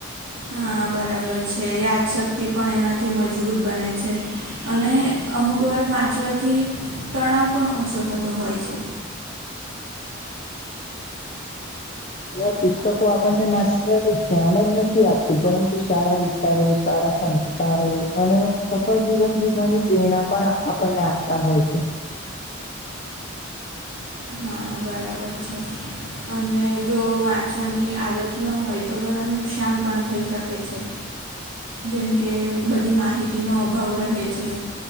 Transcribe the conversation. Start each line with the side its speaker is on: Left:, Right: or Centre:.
Right: હા બરાબર છે યાદશક્તિ પણ એનાથી મજબૂત બને છે અને અમુક વાર વાંચવાથી તણાવ પણ ઓછો થતો હોય છે
Left: હવે પુસ્તકો આપણને માત્ર ધ્યાન જ નથી આપતું પરંતુ સારા વિચારો સારા સંસ્કાર કારો અને સફળ જીવન જીવવાની પ્રેરણા પણ આપણને આપતા હોય છે
Right: હા બરાબર છે અને જો વાંચવાની આદત ન હોય તો ઘણા નુકસાન પણ થઈ શકે છે જેમ કે બધી માહિતીનો અભાવ રહે છે